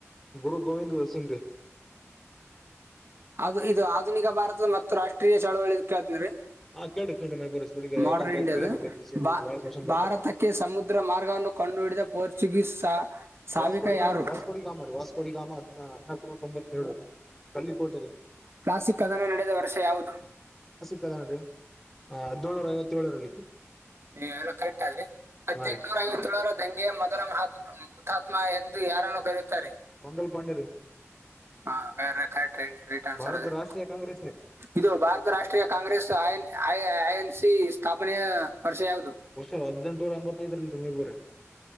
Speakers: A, in the centre; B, on the right (about 55°).
A: ಗುರು ಗೋವಿಂದ ಸಿಂಗ
B: ಅದು ಇದು ಆಧುನಿಕ ಭಾರತದ ಮತ್ತು ರಾಷ್ಟ್ರೀಯ ಚಳವಳಿ ಕೇಳ್ತೀನ ರೀ
A: ಹಾ ಕೇಳ್ರಿ ಕೇಳ್ರಿ ಮೈಬೂರ್ ಎಸ್ ಬಿಡಿಗೆ
B: ಮಾಡ್ರನ್
A: ಯಾಕಂದ್ರೆ
B: ಇಂಡಿಯದು
A: ಕೇಳಬೇಕ್ರಿ ಪಿ ಸಿ ಅಲ್ಲಿ
B: ಬ
A: ಬಾಳ ಕ್ವಶನ್ ಬರ್ತಾರೆ
B: ಭಾರತಕ್ಕೆ ಸಮುದ್ರ ಮಾರ್ಗವನ್ನು ಕಂಡುಹಿಡಿದ ಪೋರ್ಚುಗೀಸ್ ಸಾವಿಕ
A: ವಸ್ಕೋಡಿ ಗಾಮ
B: ಯಾರು
A: ವಾಸ್ಕೋಡಿ ಗಾಮರ ವಾಸ್ಕೋಡಿ ಗಾಮ ಹದ ಹದಕ ತೊಂಬತ್ತೇಳು ಕಲ್ಲಿಕೋಟೆ ರೀ
B: ಪ್ಲಾಸಿಕ್ ಕದನ ನಡೆದ ವರ್ಷ ಯಾವುದು
A: ದನ್ರಿ ಹಾ ಹದಿನೇಳನರ ಐವತ್ತೇಳರಲ್ರಿ
B: ನೀ ಎಲ್ಲ ಕರೆಕ್ಟ್ ಆದ್ರೆ ಹದ್ೆಂಟನೂರ
A: ಹಾ ರೀ
B: ಐವ ಹೆಂಗೆ ಮೊದಲಹಾತ್ ಹುತಾತ್ಮ ಎಂದು ಯಾರನ್ನು ಕರೆಯುತ್ತಾರೆ
A: ಮಂಗಲ್ ಪಾಂಡೆರು
B: ಹಾ ಕರೆಟ್ ರೈಟ್ ಆನ್ಸರ್
A: ಭಾರತ
B: ಅ್ರೆ
A: ರಾಷ್ಟ್ರೀಯ ಕಾಂಗ್ರೆಸ್ ರೀ
B: ಇದು ಭಾರತ ರಾಷ್ಟ್ರೀಯ ಕಾಂಗ್ರೆಸ್ ಆಯಯ ಆಐ ಎನ್ ಸಿಿ ಸ್ಥಾಪನೆಯ ವರ್ಷ ಯಾವುದು
A: ವರ್ಷ ಹದ್ೆಂಟುನೂರ ಎಂಬತ್ತೈದರಲ್ ಮೈಬೂರ